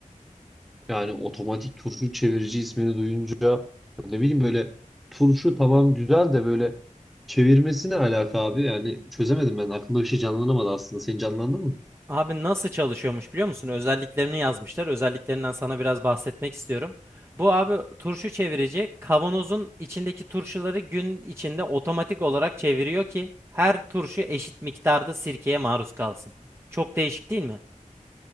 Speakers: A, in the centre; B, on the right (about 15°).
A: Yani otomatik turşu çevirici ismini duyunca ne bileyim böyle turşu tamam güzel de böyle çevirmesi ne alaka abi? Yani çözemedim ben. Aklımda bir şey canlanamadı aslında. Senin canlandı mı?
B: Abi nasıl çalışıyormuş biliyor musun? Özelliklerini yazmışlar. Özelliklerinden sana biraz bahsetmek istiyorum. Bu abi turşu çevirici kavanozun içindeki turşuları gün içinde otomatik olarak çeviriyor ki her turşu eşit miktarda sirkeye maruz kalsın. Çok değişik değil mi?